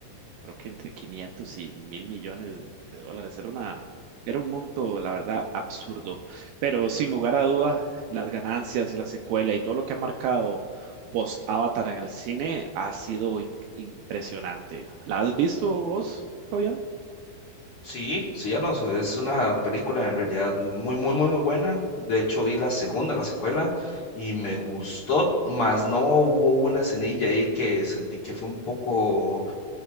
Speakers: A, on the right (about 80°); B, on the left (about 50°).
A: creo que entre 500 y mil millones de dólares. Era una, era un monto, la verdad, absurdo. Pero sin lugar a dudas, las ganancias y la secuela y todo lo que ha marcado post Avatar en el cine ha sido in- impresionante. ¿La has visto vos, Fabián?
B: Sí, sí, Alonso, es una película en realidad muy, muy, muy, muy buena. De hecho, vi la segunda, la secuela, y me gustó, más no hubo una escenilla ahí que sentí que fue un poco